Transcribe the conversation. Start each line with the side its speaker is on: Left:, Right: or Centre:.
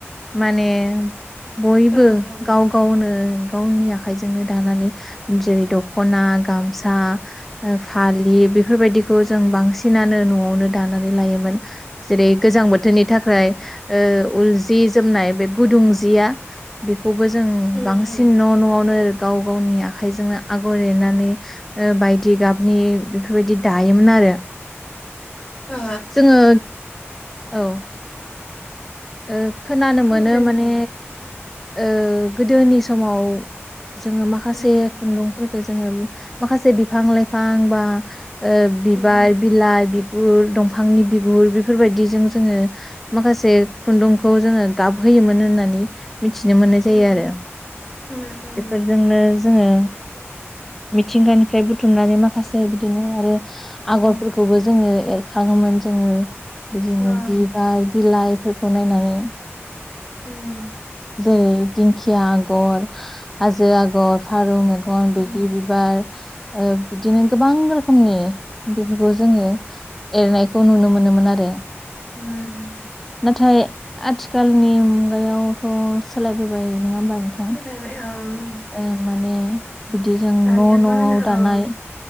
Centre: माने बयबो
Left: ओं ओं
Centre: गाव गावनो गावनि आखाइजोंनो दानानै जेरै दख'ना गामसा फालि बेफोर फोरबायदिखौ जों बांसिनानो न'आवनो दानानै लायोमोन जेरै गोजां बोथोर थोनि थाखाय ओ उल जि जोमनाय बे गुदुं जिया बेखौबो जों
Left: उम
Centre: बांसिन
Left: उम
Centre: न' न'आवनो गाव गावनि आख आखायजोंनो आगर एरनानै ओ बायदि गाबनि बेफोरबायदि दायोमोन आरो
Left: ओ ओ
Centre: जोङो औ ओ खोनानो
Left: खोनादों
Centre: मोनो
Left: दे
Centre: माने
Left: नोंथां
Centre: ओ गोदोनि समाव जोङो माखासे
Left: उम
Centre: खुन्दुंफोरखो जोङो माखासे बिफां लाइफां बा ओ बिबार
Left: उम
Centre: बिलाइ बि गुर दंफांनि बिगुर बेफोरबायदिजों जोङो माखासे खुन्दुंखौ जोङो गाबहोयोमोन होननानै मिथिनो मोननाय जायो
Left: उम
Centre: आरो
Left: उम उम
Centre: बेफोरजोंनो जोङो मिथिंगानिफ्राय बुथुमनानै माखासे बिदिनो आरो आगरफोरखौबो
Left: औ
Centre: जोङो एर खाङोमोन जोङो बिदिनो
Left: औ
Centre: बिबार बिलाइफोरखौ नायनानै
Left: ओम
Centre: जेरै दिंखिया आगर हाजो आगर फारौ मेगन गन
Left: उम
Centre: बैग्रि बिबार ओ बिदिनो गोबां गो खोमनि बेफोरखौ जोङो एरनायखौ नुनो मोनोमोन आरो
Left: उम
Centre: नाथाय आथिखालनि मुगायाव अ सोलायबोबाय नङा ओमबा नोंथां
Left: सोलायबाय ओं
Centre: ओ माने बिदि जों
Left: दानिया
Centre: न' न'आव
Left: मा होनो ओं
Centre: दानाय